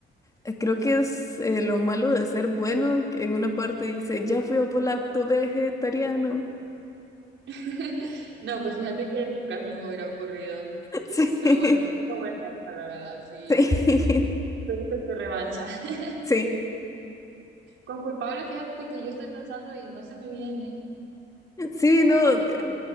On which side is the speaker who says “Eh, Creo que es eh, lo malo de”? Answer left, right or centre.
Left